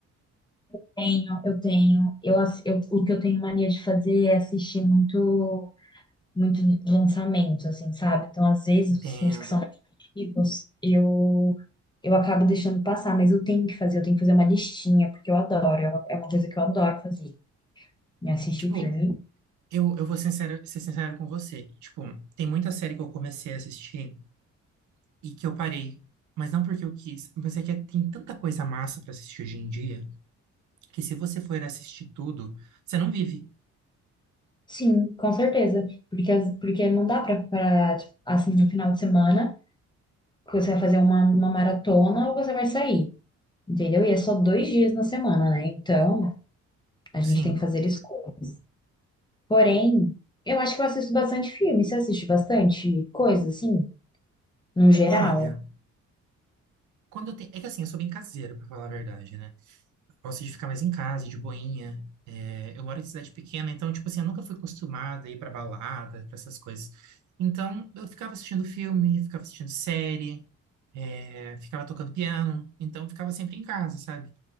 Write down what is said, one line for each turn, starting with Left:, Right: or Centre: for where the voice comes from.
Left: Tenho, eu tenho. Eu, ass- eu- o que eu tenho mania de fazer é assistir muito, muito lançamento, assim, sabe? Então, às vezes,
Right: Entendo.
Left: os filmes que são mais antigos, eu, eu acabo deixando passar, mas eu tenho que fazer, eu tenho que fazer uma listinha, porque eu adoro, é uma, é uma coisa que eu adoro fazer, me assistir
Right: Tipo,
Left: filme.
Right: Eu, eu vou sincero, ser sincero com você. Tipo, tem muita série que eu comecei a assistir e que eu parei. Mas não porque eu quis, mas é que tem tanta coisa massa pra assistir hoje em dia que se você for assistir tudo, você não vive.
Left: Sim, com certeza. Porque, as- porque não dá pra, pra, tipo, assim, no final de semana, que você vai fazer uma, uma maratona ou você vai sair, entendeu? E é só dois dias na semana, né? Então, a gente
Right: Sim.
Left: tem que fazer escolhas. Porém, eu acho que eu assisto bastante filme. Você assiste bastante coisa, assim, no geral?
Right: Olha, quando eu tenho. É que assim, eu sou bem caseiro, pra falar a verdade, né? Eu gosto de ficar mais em casa, de boinha. É, eu moro em cidade pequena, então, tipo assim, eu nunca fui acostumada a ir pra balada, pra essas coisas. Então, eu ficava assistindo filme, ficava assistindo série. É, ficava tocando piano, então ficava sempre em casa, sabe?